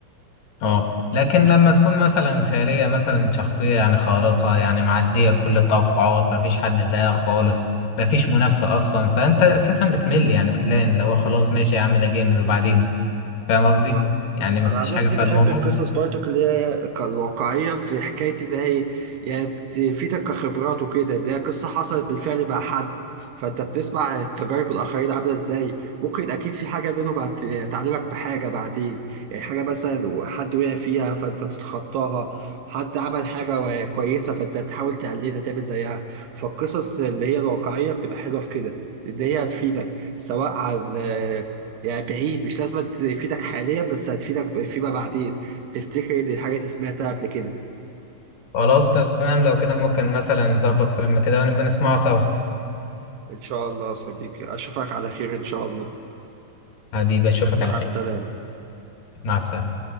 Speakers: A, on the left; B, on the right.
A: اه لكن لما تكون مثلا خياليه مثلا شخصيه يعني خارقه يعني معديه كل التوقعات مفيش حد زيها خالص مفيش منافسه اصلا فانت اساسا بتمل يعني بتلاقي ان لو خلاص ماشي يا عم ده جامد وبعدين فاهم قصدي
B: آه.
A: يعني مفيش
B: انا عن نفسي
A: حاجه فالموضوع
B: بحب القصص برضو اللي هي الواقعيه في حكايه ان هي يعني بتفيدك كخبرات وكده ده قصه حصلت بالفعل مع حد فانت بتسمع تجارب الاخرين عامله ازاي ممكن اكيد في حاجه منهم هت- هتعلمك بحاجه بعدين يعني حاجه مثلا حد وقع فيها فانت تتخطاها حد عمل حاجه و- كويسه فانت تحاول تقلدها تعمل زيها فالقصص اللي هي الواقعيه بتبقى حلوه في كده ان هي هتفيدك سواء عن يعني بعيد مش لازم تفيدك حاليا بس هتفيدك فيما بعدين تفتكر ان الحاجة دي سمعتها قبل كده
A: خلاص تمام لو كده ممكن مثلا نظبط فيلم كده ونبقى نسمعه سوا
B: ان شاء الله يا صديقي اشوفك على خير ان شاء الله
A: حبيبي اشوفك
B: مع
A: على خير
B: السلامة
A: مع السلامة